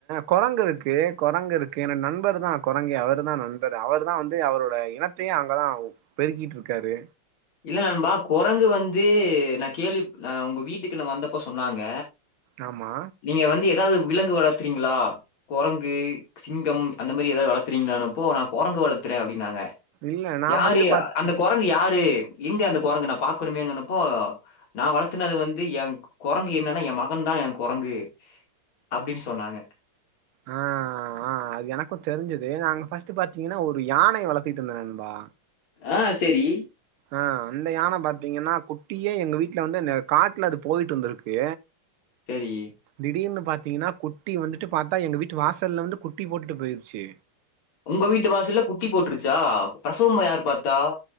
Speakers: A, on the right (about 80°); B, on the left (about 65°).
A: குரங்கு இருக்கு குரங்கு இருக்கு என் நண்பர் தா குரங்கே அவர் தா நண்பர் அவர் தா வந்து அவரோட இனத் தையே அங்கதா பெருக்கிட்டு இருக்கிட் இருக்காரு
B: இல்ல நண்பா குரங்கு வந்து நா கேள்வி ந உங்க வீட்டுக்கு நா வந்தப்ப சொன்னாங்க
A: ஆமா
B: நீங்க வந்து எதாவது விலங்கு வளத்துறீங்களா கொரங்கு சிங்கம் அந்த மாரி எதாவது வளத்துறீங்களானப்போ நா கொரங்கு வளத்துறே அப்டின்னாங்க
A: இல்ல நா
B: யாரு
A: வந்து பாத்
B: அந்த குரங்கு யாரு எங்க அந்த குரங்கு நா பாக்குறனப்போ நா வளத்துனது வந்து எ கொரங்கு என்னன்னா எ மகன் தா எ கொரங்கு அப்டின்னு சொன்னாங்க
A: ஆ ஆ ஆ ஆ அது எனக்கும் தெரிஞ்சது நாங்க ஃபஸ்ட் பாத்தீங்கன்னா ஒரு யானை வளர்த்திட்டு இருந்த நண்பா
B: ஆ சேரி
A: ஆ அந்த யான பாத்தீங்கன்னா குட்டியே எங்க வீட்ல வந்து இந்த காட்ல அது போய்ட்டு இந்துருக்கு
B: சேரி
A: திடீர்னு பாத்தீங்கன்னா குட்டி வந்துட்டு பார்த்தா எங்க வீட்டு வாசல்ல வந்து குட்டி போட்டுட்டு போயிருச்சு
B: உங்க வீட்டு வாசல்ல குட்டி போட்டுருச்சா பிரசவமா யாரு பார்த்தா